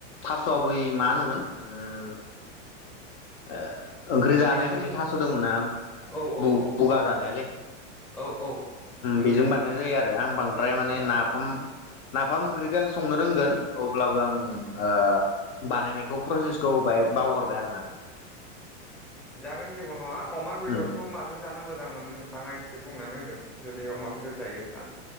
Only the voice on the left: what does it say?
थासआ बै मा होनोमोन उम। ओ ओंख्रि जानाय
मोनसे थास दंमोन ना
बु-बुगा
जानायालाय
बेजों बानायनाय जायो आरो आं बांद्राय माने
नाफाम नाफाम ओंख्रिखौ आंनो रोंगोन औ ओमबाबो आं ओ-
बानायनायखौ प्रसेसखौ बांहाय बावगरबाय आरो ना
उम